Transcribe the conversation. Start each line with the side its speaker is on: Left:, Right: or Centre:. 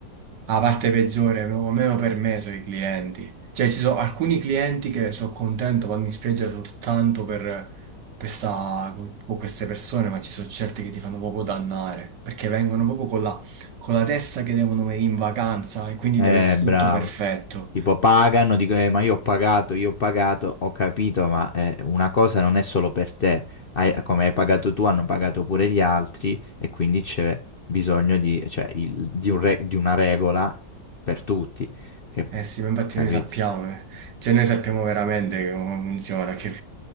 Right: La parte peggiore, proprio meno per me, sono i clienti. Cioè, ci sono alcuni clienti che sono contento, vanno in spiaggia soltanto per, per sta- con queste persone, ma ci sono certi che ti fanno proprio dannare, perché vengono proprio con la, con la testa che devono venire in vacanza e quindi
Left: eh,
Right: deve essere
Left: eh, bravo.
Right: tutto perfetto.
Left: Tipo pagano, dico, "Eh, ma io ho pagato, io ho pagato, ho capito, ma eh, una cosa non è solo per te, Hai- come hai pagato tu, hanno pagato pure gli altri e quindi c'è bisogno di, cioè, il- di un re- di una regola per tutti, che,
Right: Eh sì, ma infatti
Left: capito?
Right: noi sappiamo, eh. Cioè noi sappiamo veramente come funziona, che